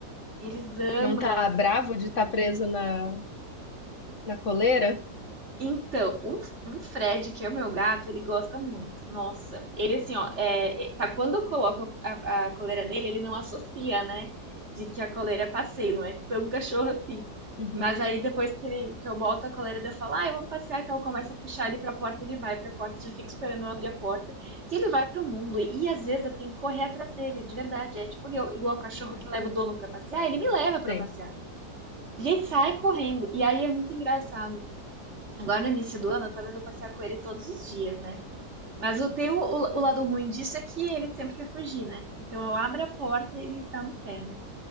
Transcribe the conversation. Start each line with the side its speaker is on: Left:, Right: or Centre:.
Right: Eles amam
Left: Não tá bravo de estar preso na, na coleira?
Right: Então, o, o Fred, que é o meu gato, ele gosta muito. Nossa, ele assim, ó, é, é- tá, quando eu coloco a, a coleira nele, ele não associa, né? De que a coleira é passeio, não é tão cachorro assim.
Left: Uhum.
Right: Mas aí depois que, ele, que eu boto a coleira, daí eu falo, ah, vamos passear, então eu começo a puxar ele pra porta, ele vai pra porta, já fico esperando eu abrir a porta, e ele vai pro mundo. E às vezes eu tenho que correr atrás dele, de verdade. É tipo igual, igual o cachorro que leva o dono pra passear, ele me leva
Left: Sei,
Right: pra passear. E ele sai correndo. E aí é muito engraçado. Agora no início do ano eu tô vendo passear com ele todos os dias, né? Mas eu tenho o, o lado ruim disso é que ele sempre quer fugir, né? Então eu abro a porta e ele tá no pé, né?